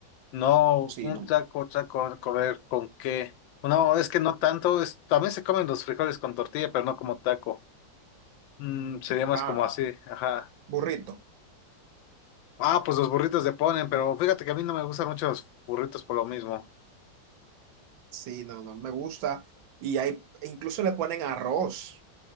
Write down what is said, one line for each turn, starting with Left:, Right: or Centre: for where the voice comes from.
Left: No,
Right: sí,
Left: un
Right: no.
Left: taco, taco, comer con qué. No, es que no tanto, es, también se comen los frijoles con tortilla, pero no como taco. Mm, sería más
Right: Ah,
Left: como así, ajá.
Right: burrito,
Left: Ah, pues los burritos de ponen, pero fíjate que a mí no me gustan mucho los burritos por lo mismo.
Right: sí, no, no me gusta y hay, e incluso le ponen arroz,